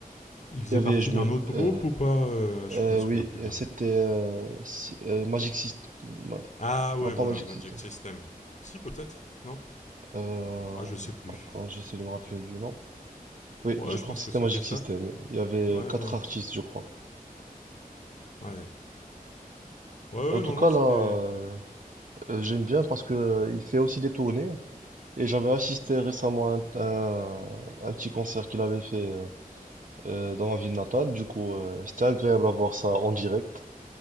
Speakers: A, on the left; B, on the right.
A: Il faisait
B: Il y avait,
A: partie
B: je
A: d'un
B: me,
A: autre
B: euh,
A: groupe ou pas euh, Je
B: euh,
A: me souviens
B: oui,
A: plus
B: euh,
A: bien.
B: c'était euh, si- euh, Magic System, Ma-
A: Ah ouais,
B: non pas
A: voilà,
B: Magic
A: Magic
B: System.
A: System. Si peut-être, non
B: Euh,
A: Ah, je sais plus.
B: attends, j'essaie de me rappeler du nom. Oui,
A: Ouais,
B: je crois
A: je pense
B: que c'était
A: que c'était
B: Magic
A: ça.
B: System. Il y avait
A: Ouais, ouais.
B: quatre artistes, je crois.
A: ouais. Ouais,
B: En
A: ouais,
B: tout
A: non,
B: cas,
A: non, c'était.
B: là, euh, Euh, j'aime bien parce que euh, il fait aussi des tournées et j'avais assisté récemment à un, à un petit concert qu'il avait fait euh, euh, dans ma ville natale. Du coup, euh, c'était agréable à voir ça en direct.